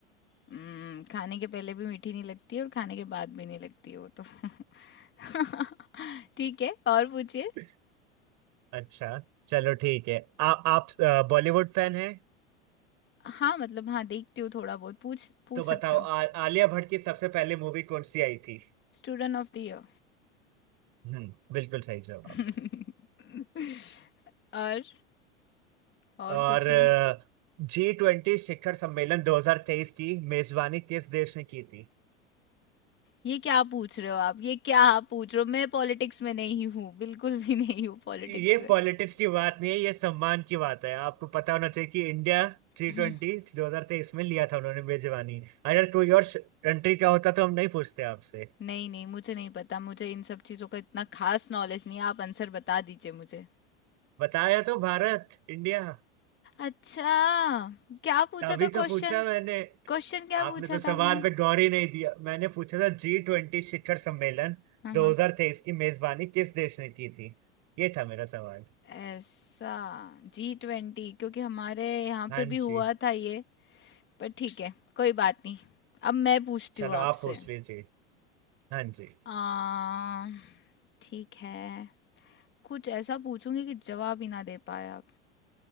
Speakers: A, on the left; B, on the right.
A: हम्म, खाने के पहले भी मीठी नहीं लगती और खाने के बाद भी नहीं लगती वो तो <laughs> <laughs> ठीक है और पूछिए
B: <laughs> अच्छा चलो ठीक है आ, आप बॉलीवुड फैन है
A: हाँ मतलब हाँ देखती हूँ थोड़ा बहुत पूछ पूछ
B: तो बताओ
A: सकते हो
B: आ, आलिया भट्ट की सबसे पहले मूवी कौन सी आई थी
A: Student of the year
B: हम्म बिल्कुल सही जवाब
A: <laughs> और और
B: और
A: पूछो
B: जी ट्वेंटी शिखर सम्मेलन 2023 की मेजबानी किस देश ने की थी
A: ये क्या पूछ रहे हो आप ये क्या आप पूछ रहे हो मैं पॉलिटिक्स में नहीं हूँ बिल्कुल भी नहीं हूँ पॉलिटिक्स
B: ये
A: में
B: पॉलिटिक्स की बात नहीं है ये सम्मान की बात है आपको पता होना चाहिए कि इंडिया जी
A: हम्म,
B: ट्वेंटी दो हजार तेईस में लिया था उन्होंने मेजबानी अगर कोई और कंट्री का होता तो हम नहीं पूछते आपसे
A: नहीं नहीं मुझे नहीं पता मुझे इन सब चीजों का इतना खास नॉलेज नहीं है आप आंसर बता दीजिए मुझे
B: बताया तो भारत इंडिया
A: अच्छा क्या पूछा
B: अभी
A: था
B: तो
A: क्वेश्चन
B: पूछा मैंने
A: क्वेश्चन क्या
B: आपने
A: पूछा
B: तो सवाल
A: था आपने
B: पे गौर ही नहीं दिया मैंने पूछा था जी ट्वेंटी शिखर सम्मेलन
A: हाँ
B: 2023
A: हाँ
B: की मेजबानी किस देश ने की थी ये था मेरा सवाल
A: ऐसा जी ट्वेंटी क्योंकि हमारे यहाँ
B: हाँ
A: पे
B: जी
A: भी हुआ था ये पर ठीक है कोई बात नहीं अब मैं पूछती
B: चलो
A: हूँ आपसे
B: आप पूछ लीजिए हाँ जी
A: आ, ठीक है कुछ ऐसा पूछूंगी कि जवाब ही ना दे पाए आप